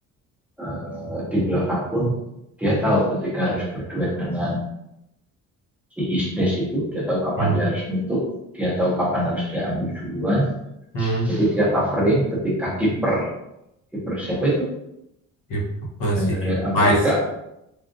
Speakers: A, in the centre; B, on the left (about 85°).
A: eh, di belakang pun dia tahu ketika harus berduet dengan si Isdes itu, dia tahu kapan
B: Hmm.
A: dia harus nutup, dia tahu kapan harus dia ambil duluan.
B: Hmm.
A: Jadi dia covering ketika kiper kiper siapa itu
B: Gitu
A: yang
B: sih.
A: dari Amerika,
B: Vice.